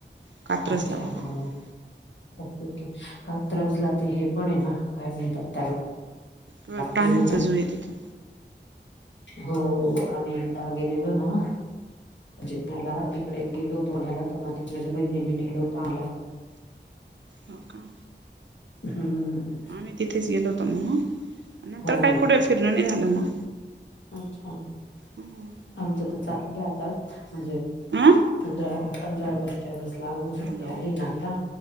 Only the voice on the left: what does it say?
अच्छा हा.
ओके ओके कात्रजला ते हे पण आहे ना काय म्हणतात त्याला
व्ह्यू.
हो आम्ही एकदा गेलेलो ना म्हणजे मला तिकडे गेलो तोन्याला त म माझ्या बहिणीने नेल होत आला
हम्म.
हो
अच्छा.
आमचं तर चाललय आता म्हणजे
पंधरा पंधरा ऑगस्ट. यावेळेस लागून सुट्टी
आली ना आता. <inaudible>